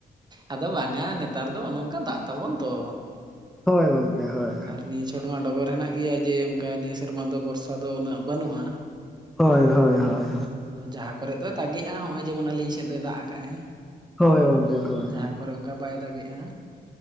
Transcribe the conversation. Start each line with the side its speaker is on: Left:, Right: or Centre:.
Right: ᱟᱫᱚ ᱵᱟᱝᱟ ᱱᱮᱛᱟᱨ ᱫᱚ ᱚᱱᱚ ᱚᱝᱠᱟ ᱫᱟᱜ ᱛᱟᱵᱚᱱ ᱛᱚ᱾
Centre: ᱦᱳᱭ ᱜᱚᱝᱠᱮ ᱦᱚᱭ᱾
Right: ᱟᱨ ᱱᱤᱭᱟᱹ ᱪᱷᱚᱰ ᱢᱟ ᱰᱚᱜᱚᱨ ᱦᱮᱱᱟᱜ ᱜᱮᱭᱟ ᱡᱮ ᱚᱱᱠᱟ ᱱᱤᱭᱟᱹ ᱥᱮᱨᱢᱟ ᱫᱚ ᱵᱚᱨᱥᱟ ᱫᱚ ᱩᱱᱟᱹᱜ ᱵᱟᱹᱱᱩᱜᱼᱟ᱾
Centre: ᱦᱳᱭ ᱦᱳᱭ ᱦᱳᱭ᱾
Right: ᱟᱫᱚ ᱡᱟᱦᱟᱸ ᱠᱚᱨᱮᱜ ᱫᱚᱭ ᱛᱟᱜᱮᱜᱼᱟ ᱱᱚᱜᱼᱚᱭ ᱡᱮᱢᱚᱱ ᱟᱹᱞᱤᱧ ᱥᱮᱫ ᱫᱚᱭ ᱫᱟᱜ ᱟᱠᱟᱜᱼᱟᱭ᱾
Centre: ᱦᱳᱭ ᱜᱚᱝᱠᱮ ᱦᱳᱭ ᱦᱳᱭ
Right: ᱡᱟᱦᱟᱸ ᱠᱚᱨᱮ ᱚᱱᱠᱟ ᱵᱟᱭ ᱫᱟᱜᱮᱜᱼᱟ,